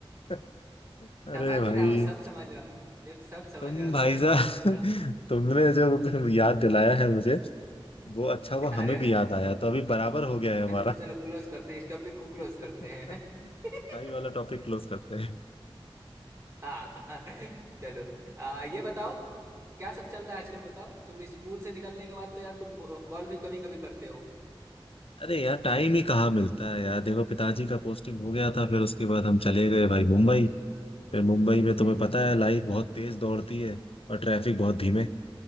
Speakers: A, on the left; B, on the right.
A: था <laughs> अरे
B: समझ
A: भाई
B: रहा हूँ सब समझ रहा हूँ देख सब समझ
A: तुम
B: रहा हूँ
A: भाई
B: तेरा
A: साहब
B: सब समझ रहा हूँ
A: <laughs> तुमने जो याद दिलाया है मुझे वो अच्छा हुआ
B: <laughs> अरे
A: हमें भी याद आया तो अभी बराबर हो गया है हमारा
B: चलो चलो क्लोज करते हैं इस टॉपिक को
A: <laughs>
B: क्लोज करते हैं
A: सफाई
B: <laughs>
A: वाला टॉपिक क्लोज करते हैं
B: हाँ <laughs> चलो आ, ये बताओ क्या सब चल रहा है आजकल बताओ तुम स्कूल से निकलने के बाद तो यार तुम कॉल भी कभी कभी करते हो
A: अरे यार टाइम ही कहाँ मिलता है यार देखो पिताजी का पोस्टिंग हो गया था फिर उसके बाद हम चले गए भाई मुंबई फिर मुंबई में तुम्हें
B: हम्म
A: पता है लाइफ बहुत तेज दौड़ती है और ट्रैफिक बहुत धीमे